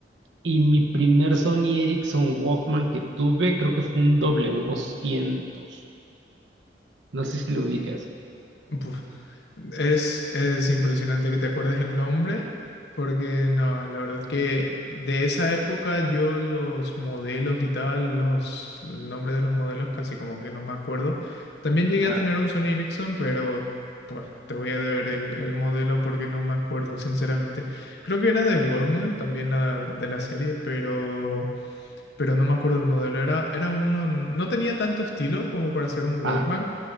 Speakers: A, on the right; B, on the left.
A: Y mi primer Sony Ericsson Walkman que tuve, creo que fue un W200. No sé si lo ubicas.
B: Buf, Es, es impresionante que te acuerdes el nombre, porque no, la verdad que de esa época yo los modelos y tal, los, el nombre de los modelos casi como que no me acuerdo. También llegué
A: Ajá,
B: a tener un Sony Ericsson, pero pues te voy a deber el, el modelo porque no me acuerdo, sinceramente. Creo que era de Walkman, también la de la serie, pero pero no me acuerdo el modelo. Era, era uno, no tenía tanto estilo como para ser un Walkman,
A: ajá,